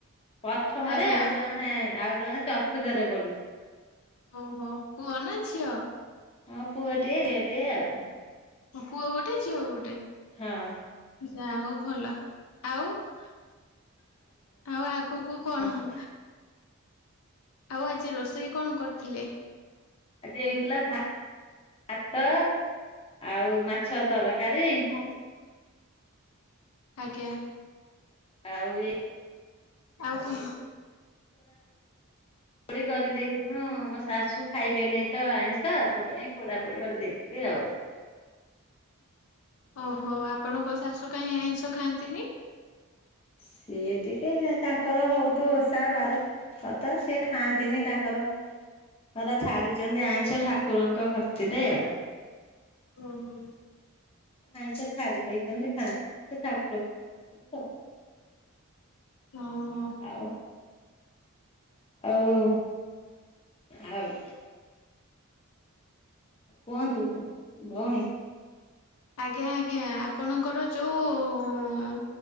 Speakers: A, on the left; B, on the left.
A: ପ୍ରଥମରେ
B: ଆଜ୍ଞା
A: ଆଉ ଜଣେ ଆଉ ଜଣେ ଚତୁର୍ଥ ରେ ପଡୁଚି।
B: ଓହୋ ପୁଅନା ଝିଅ?
A: ହଁ ପୁଅ ଟେ ଦେହ ଟିଏ ଆଉ।
B: ଓହୋ ପୁଅ ଗୋଟେ ଝିଅ ଗୋଟେ
A: ହଁ
B: ଯା ହଉ। ଭଲ ଆଉ ଆଉ ଆଗକୁ କଣ
A: କୁହ
B: ଆଉ ଆଜି ରୋଷେଇ କଣ କରିଥିଲେ?
A: ଆଜି ହେଇଥିଲା ଭା ଭାତ ଆଉ ମାଛ ତର କାରି।
B: ଆଉ ଆଜ୍ଞା।
A: ଆଉ ଏଇ
B: ଆଉ କହ?
A: ପକରି ଦେଇଥିନୁ ମସ୍ ଶାଶୁ ଖାଇବେ ନେଇ ତ ଆଇଁଷ ତାଙ୍କ ପାଇଁ ପୋଡାପୋଡି କରିଦେଇଥିଲି ଆଉ।
B: ଓହୋ ଆପଣଙ୍କ ଶାଶୁ କାହିଁ ଆଇଁଷ ଖାଆନ୍ତିନି?
A: ସିଏ ଟିକେ ତାଙ୍କର ବୋହୁତ ଓଷା ବାର। ବ୍ରତ ସିଏ ଖାଆନ୍ତିନି ତାଙ୍କର। ଙ୍କର ଛାଡିଚନ୍ତି ଆଇଁଷ ଠାକୁରଙ୍କ ଭକ୍ତିରେ ଆଉ।
B: ଓହୋ।
A: ଆଇଁଷା ଛାଡି ଦେଇଚନ୍ତି ଖାଆନ୍ତିନି ସେ ଠାକୁରକୁ ମାନିଚନ୍ତି ତ।
B: ଓହୋ।
A: ଆଉ ଆଉ ଆଉ କୁହନ୍ତୁ ନା ଭୋଉଣୀ?
B: ଆଜ୍ଞା ଆଜ୍ଞା ଆପଣଙ୍କର ଯୋଉ